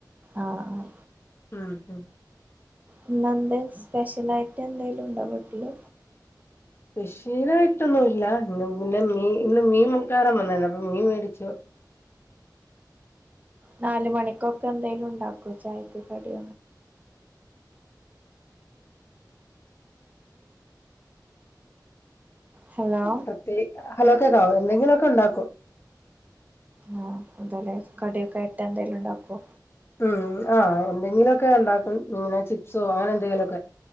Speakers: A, on the right (about 20°); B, on the left (about 35°).
A: ആ ആ
B: ആ ആ
A: ഇന്നെന്ത സ്പെഷ്യലായിട്ട് എന്തോലും ഉണ്ടോ വീട്ടില്
B: സ്പെഷ്യൽ ആയിട്ട് ഒന്നുമില്ല ഇന്ന് പിന്നെ മീ ഇന്ന് മീൻക്കാരൻ വന്നാരുന്നു അപ്പൊ മീൻ മേടിച്ചു <inaudible>
A: നാല് മണിക്കൊക്കെ എന്തെലും ഉണ്ടാക്കോ ചായക്ക് കടി.. ഹലോ
B: പ്രത്യേക ഹലോ കേൾക്കാവോ എന്തെങ്കിലുമൊക്കെ ഉണ്ടാക്കോ
A: ആഹ അതലെ കടിയൊക്കെ ഇട്ട് എന്തെലും ഉണ്ടാക്കോ
B: ഉം ആ് എന്തെങ്കിലുമൊക്കെ ഉണ്ടാക്കും ഇങ്ങനെ ചിപ്സോ അങ്ങനെ എന്തെങ്കിലും ഒക്കെ